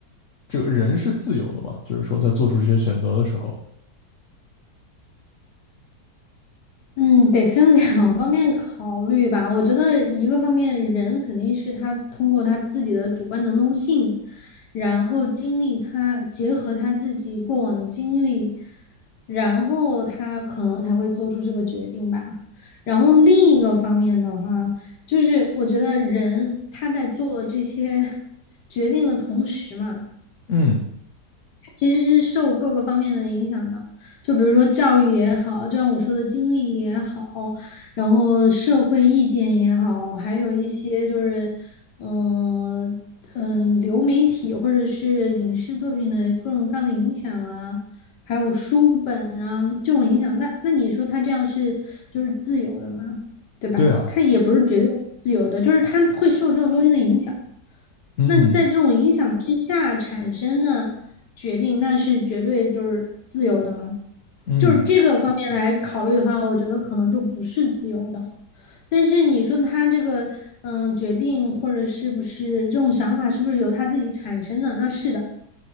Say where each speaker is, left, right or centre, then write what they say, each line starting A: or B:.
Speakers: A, on the left (about 55°); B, on the left (about 80°).
A: 这个人是自由的嘛，就是说在做出这些选择的时候，
B: 嗯，得分两 <laughs> 方面考虑吧。我觉得一个方面，人肯定是他通过他自己的主观能动性，然后经历他结合他自己过往的经历，然后他可能才会做出这个决定吧。然后另一个方面的话，就是我觉得人他在做这些决定的同时嘛。
A: 嗯，
B: 其实是受各个方面的影响的，就比如说教育也好，就像我说的经历也好，然后社会意见也好，还有一些就是，嗯、嗯，呃呃流媒体或者是影视作品的各种各样的影响啊，还有书本啊这种影响，那那你说他这样是就是自由的吗？对吧？
A: 对啊，
B: 他也不是绝对自由的，就是他会受这种东西的影响。
A: 嗯
B: 那在这种影响之下产生的决定，那是绝对就是自由的吗？
A: 嗯
B: 就是这个方面来考虑的话，我觉得可能就不是自由的。但是你说他这个嗯决定或者是不是这种想法，是不是由他自己产生的？那是的。